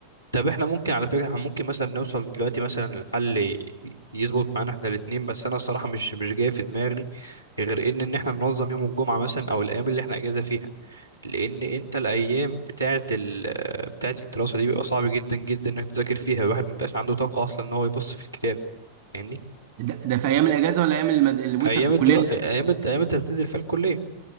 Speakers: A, on the right; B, on the right.
A: طب احنا ممكن على فكرة احنا ممكن مثلا نوصل دلوقتي مثلا لحل ي- يظبط معانا احنا الاتنين بس انا الصراحة مش مش جاي في دماغي غير ان ان احنا ننظم يوم الجمعة مثلا او الايام اللي احنا اجازة فيها لان انت الايام بتاعة ال بتاعة الدراسة دي بيبقى صعب جدا جدا انك تذاكر فيها الواحد مبيبقاش عنده طاقة اصلا ان هو يبص في الكتاب يعني
B: ده, ده في ايام الاجازه ولا ايام المد... وانت
A: ايام
B: في الكليه
A: الدرا... ايام الد... ايام انت بتنزل فيها الكلية